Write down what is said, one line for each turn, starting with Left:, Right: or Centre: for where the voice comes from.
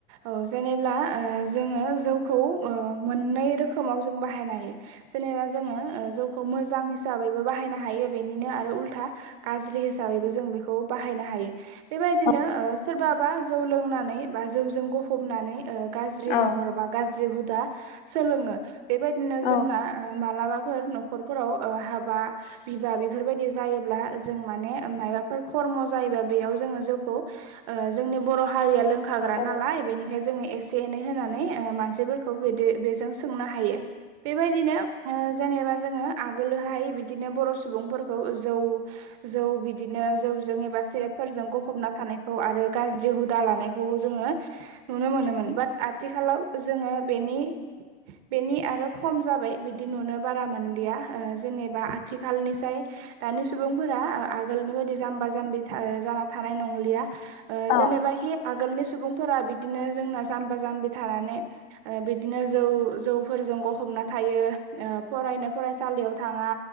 Right: औ जेनेब्ला ओ जोङो जौखौ ओ मोननै रोखोमाव जों बाहायनो हायो जेनेबा जोङो ओ जौखौ मोजां हिसाबैबो बाहायनो हायो बेनिनो आरो उल्था गाज्रि हिसाबै जों बेखौ बाहा यनो हायो बेबायदिनो
Left: औ
Right: ओ सोरबाबा जौ लोंनानै बा जौजों गफबनानै ओ गाज्रि
Left: औ
Right: महर बा गाज्रि हुदा सोलोङो बेबायदिनो जोंना
Left: औ
Right: ओ मा लामाफोर न'खरफोराव ओ हाबा बिबा बेफोरबायदि जायोब्ला जों माने मायबाफोर खरम जायोब्ला बेयाव जोंडो जौ खौ ओ जोंनि बर'हारिया लों हाग्रा
Left: औ
Right: नालाय बेनिखाय जोङो एसे एनै होनानै ओ मानसिफोरखौ बेदि बेजों सोंना हायो बेबायदिनो ओ जेनेबा जोङो आगोलोहाय बिदिनो बर' सुबुंफोरखौ जौ जौ बिदिनो जौजों एबा सेरेटफोरजों गफबना थानायखौ आरो गाज्रि हुदा लानायखौबो जोङो नुनो मोनोमोन। बाट आथिखालाव जोङो बेनि बेनि आरो खम जाबाय बिदि नुनो बारा मोनलिया ओ जेनेबा आथिखालनिसाय दानि सुबुंफोरा आ आगोलनि बायदि जाम्बा जाम्बि जाना थानाय नंलिया। ओ
Left: औ
Right: जेनेबाखि आगोलनि सुबुंफोरा बिदिनो जोंना जाम्बा जाम्बि थानानै ओ बिदिनो जौ जौफोरजों गफब ना थायो ओ फरायसालियाव थाङा